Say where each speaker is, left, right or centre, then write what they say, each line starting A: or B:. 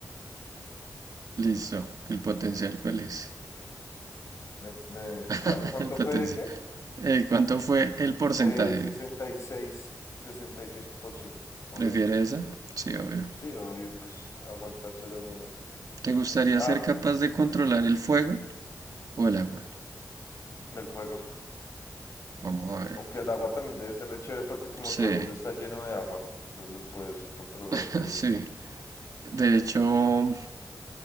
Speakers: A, on the right; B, on the left.
A: Listo. ¿El potencial cuál es?
B: Me, me- ¿cu-
A: <laughs>
B: ¿cuánto
A: El potencial.
B: fue de qué?
A: Eh, ¿cuánto fue el porcentaje?
B: Eh, sesenta sesenta y y seis sesenta y seis por ciento obviamente.
A: ¿Prefiere esa? Sí, obvio.
B: Sí, obvio, pues aguantarse las ganas.
A: ¿Te gustaría
B: Ah,
A: ser capaz de controlar el fuego o el agua?
B: el fuego.
A: Vamos a ver.
B: Aunque el agua también debe ser re chévere porque como
A: Sí,
B: todo el mundo está lleno de agua, entonces los puedes controlar
A: <laughs>
B: re duro.
A: sí. De hecho,